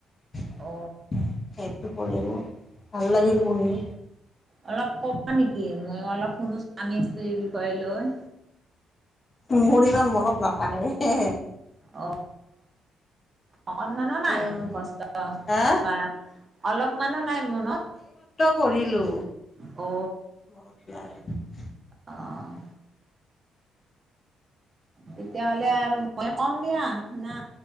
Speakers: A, on the left; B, on the right.
A: সেইটো
B: অ
A: পঢ়িলো ভাল লাগিল পঢ়ি
B: অলপ কবা নেকি মই অলপ শুনো স্বামী স্ত্ৰীৰ বিষয়ে লৈ
A: মোৰ ইমান মনত নাথাকে।
B: অ অকনমানো নাই
A: অঁ
B: কষ্ট
A: হা
B: বা অলপমানো নাই মনত
A: কৰিলো
B: অ
A: াই <unintelligible>
B: আহঁ তেতিয়াহলে আৰু মই কম দিয়া না